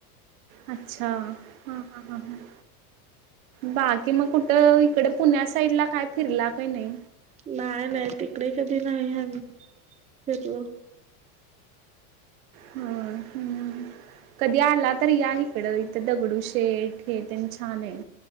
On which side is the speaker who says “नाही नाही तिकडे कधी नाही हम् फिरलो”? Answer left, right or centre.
Right